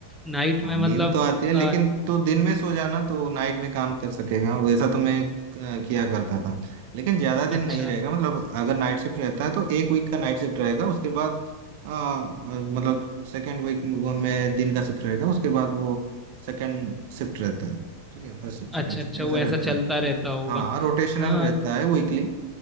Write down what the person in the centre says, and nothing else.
नाइट
में मतलब
अ,
अच्छा
अच्छा
अच्छा
वो ऐसा
चलता
रहता होगा
हाँ